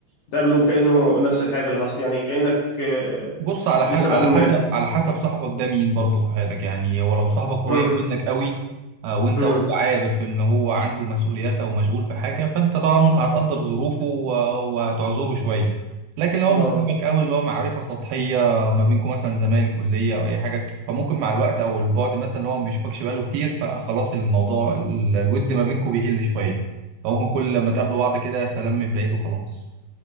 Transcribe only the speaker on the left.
بتقابله كأنه نفس الحاجة اللي حصل يعني كأنك آه،
لسه
مقابله
امبارح
امم
امم
اه